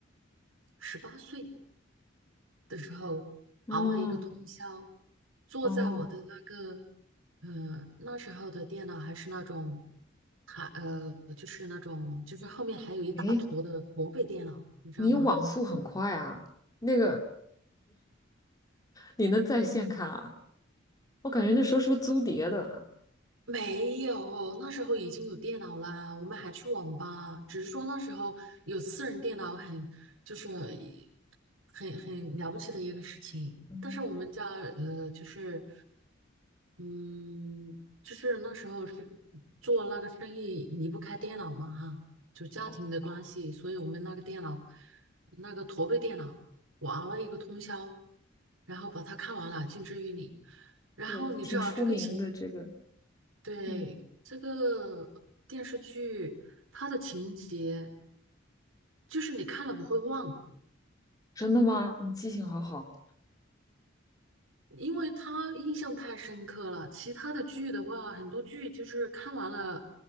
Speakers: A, on the right; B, on the left.
A: 十八岁。的时候，
B: 哦
A: 熬了一个通宵，坐在我的那个，
B: 哦，
A: 呃，那时候的电脑还是那种，还呃，就是那种，就是后面还有一大坨的驼背电脑，
B: 诶，
A: 你知道吗？
B: 你网速很快啊，那个你能在线看啊？我感觉那时候是不是租碟的啊？
A: 没有，那时候已经有电脑啦，我们还去网吧，只是说那时候有私人电脑很，就是一很很了不起的一个事情。
B: 嗯，
A: 但是我们家呃，就是嗯，就是那时候是做那个生意离不开电脑嘛哈，就家庭的关系，
B: 哦，
A: 所以我们那个电脑，那个驼背电脑，我熬了一个通宵，然后把它看完了，《近之于你》，然后你知道这个情。
B: 对，挺出名的这个，
A: 对，
B: 嗯，
A: 这个电视剧，它的情节就是你看了不会忘，
B: 真的吗？你记性好好。
A: 因为它印象太深刻了。其他的剧的话，很多剧就是看完了，